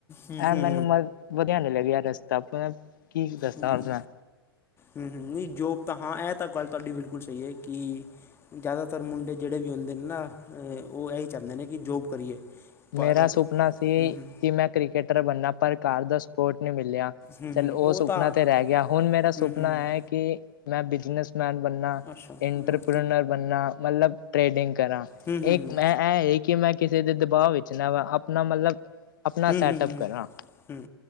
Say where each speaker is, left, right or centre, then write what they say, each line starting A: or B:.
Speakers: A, on the left; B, on the left.
A: ਹੂੰ
B: ਇਹ
A: ਹੂੰ
B: ਮੈਨੂੰ ਮ ਵਧੀਆ ਨੀ ਲੱਗਿਆ ਰਸਤਾ। <unintelligible> ਦੱਸਾਂ
A: ਹ ਹਮ
B: ਹੁਣ ਮੈਂ
A: ਹ, ਨਹੀਂ ਜੋਬ ਤਾਂ, ਹਾਂ ਇਹ ਤਾਂ ਗੱਲ ਤੁਹਾਡੀ ਬਿਲਕੁਲ ਸਹੀ ਹੈ ਕਿ। ਜ਼ਿਆਦਾਤਰ ਮੁੰਡੇ ਜਿਹੜੇ ਵੀ ਹੁੰਦੇ ਨੇ ਨਾ ਉਹ ਇਹੀ ਚਾਹੁੰਦੇ ਨੇ ਕਿ ਜੋਬ ਕਰੀਏ। ਪਰ
B: ਮੇਰਾ ਸੁਪਨਾ ਸੀ
A: ਹੂੰ ਹੂੰ
B: ਕਿ ਮੈਂ ਕ੍ਰਿਕਟਰ ਬਣਨਾ ਪਰ ਘਰ ਦਾ ਸਪੋਟ ਨਹੀਂ ਮਿਲਿਆ।
A: ਹੂੰ
B: ਚੱਲ
A: ਹੂੰ
B: ਉਹ ਸੁਪਨਾ
A: ਤਾਂ
B: ਤੇ ਰਹਿ ਗਿਆ, ਹੁਣ ਮੇਰਾ
A: ਹੂੰ
B: ਸੁਪਨਾ
A: ਹੂੰ
B: ਹੈ ਕਿ ਮੈਂ ਬਿਜਨਸਮੈਨ ਬਣ ਨਾ
A: ਅੱਛਾ ਹੂੰ
B: ਇੰਟਰਪ੍ਰਨਰ ਬਣਨਾ, ਮਤਲਬ ਟ੍ਰੇਡਿੰਗ ਕਰਾਂ।
A: ਹੂੰ ਹੂੰ
B: ਇਹ
A: ਹੂੰ
B: ਮੈਂ ਇਹ ਹੈ ਕਿ ਮੈਂ ਕਿਸੇ ਦੇ ਦਬਾਅ ਵਿੱਚ ਨਾ ਆਵਾਂ, ਆਪਣਾ ਮਤਲਬ ਆਪਣਾ
A: ਹਂ,
B: ਸੈਟਅਪ
A: ਹੰਮ ਹੰ
B: ਕਰਾਂ
A: <unintelligible> ਹਮ